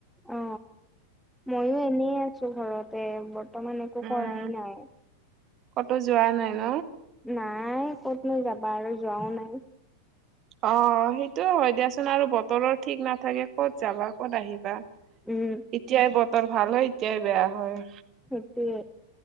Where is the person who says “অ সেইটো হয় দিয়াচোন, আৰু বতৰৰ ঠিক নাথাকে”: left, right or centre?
Right